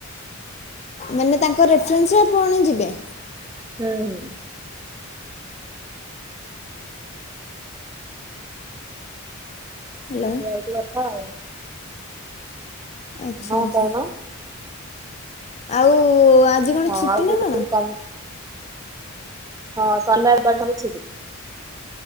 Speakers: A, on the left; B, on the right.
A: ମାନେ ତାଙ୍କ ରିଫ୍ରେରେନ୍ସ ରେ ଆପଣ ଯିବେ?
B: ହୁଁ ହୁଁ।
A: ହ୍ୟାଲୋ
B: ଇଏ ହୋଉଚି କଥା ଆଉ।
A: ଆଛା
B: ହଁ
A: ଆଛା।
B: କହୁନ
A: ଆଉ ଆଜି କଣ
B: ହଁ
A: ଛୁଟି
B: ଆଉ ସେଠି
A: ନା କଣ?
B: କମ୍ ହଁ ଶନିବାର୍ ପାଖରୁ ଛୁଟି।